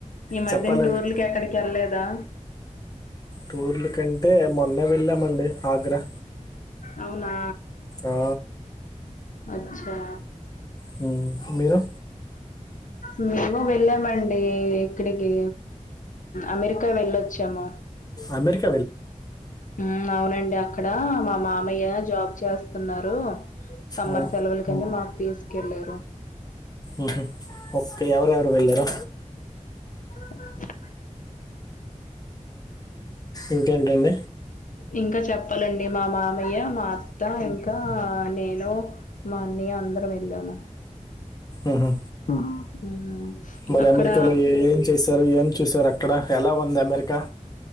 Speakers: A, on the left; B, on the left.
A: ఈ మధ్యన
B: చెప్పాలండి
A: టూర్లకి ఎక్కడికి వెళ్లేదా
B: టూర్ల కంటే మొన్నే వెళ్ళామండి ఆగ్రా
A: అవునా
B: ఆ,
A: అచ్చా
B: హ మీరు
A: అ మేము వెళ్ళామండి ఇక్కడికి అమెరికా వెళ్ళొచ్చాము
B: అమెరిక్
A: ఉ అవునండి అక్కడ మా మామయ్య జాబ్ చేస్తన్నారు సమ్మర్
B: ఆ,
A: సెలవులు కనీ మాకు తీసుకెళ్ళరు
B: ఉహు ఓకే ఎవరెవరు వెల్లారు
A: అ
B: ఇంకేంటండి
A: ఇంకా చెప్పాలండి మా మామయ్య మా అత్తా ఇంకా నేను మాన్య అందరం ఎళ్లాము
B: ఉహు
A: మ్మ్
B: మరి
A: అక్కడ
B: అమెరికాలో ఏం చేశారు ఏం చూశారు అక్కడ ఎలా ఉంది అమెరికా